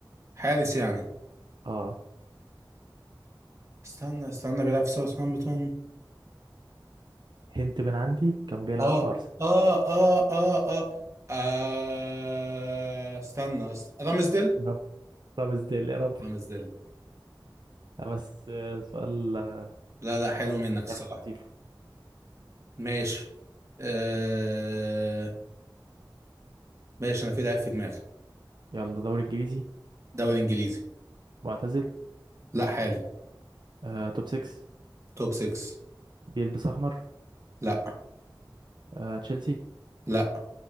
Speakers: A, on the right; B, on the right.
A: حارس يعني
B: اه
A: استنى استنى بيلعب في ساوثهامبتون
B: هنت من عندي كان بيلعب
A: اه
B: في أرسنال
A: اه اه اه اه آه، استنى است- رامزديل
B: <laughs> رب رامز ديل يا رب
A: رامزديل
B: لا بس آه، سؤال آه،
A: لا لا حلو منك الصراحة
B: لعبة لطيفة
A: ماشي آه ماشي انا في لعيب في دماغي
B: يلا دوري انجليزي
A: دوري انجليزي
B: معتزل
A: لا حالي
B: آه، توب 6
A: توب 6
B: بيلبس احمر
A: لا
B: آه، تشيلسي
A: لا